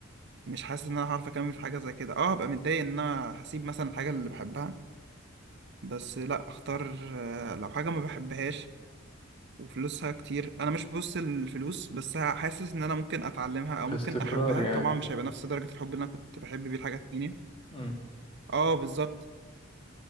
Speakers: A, on the right; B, on the left.
A: مش حاسس ان انا هعرف اكمل في حاجة زي كده اه هبقى متضايق ان انا هسيب مثلا الحاجة اللي بحبها بس لا اختار آه، لو حاجة ما بحبهاش وفلوسها كتير انا مش ببص الفلوس بس ه- حاسس ان انا ممكن اتعلمها او
B: كاستقرار
A: ممكن احبها
B: يعني
A: طبعا مش هيبقى نفس درجة الحب اللي انا كنت بحب بيه الحاجة التانية
B: امم
A: اه بالظبط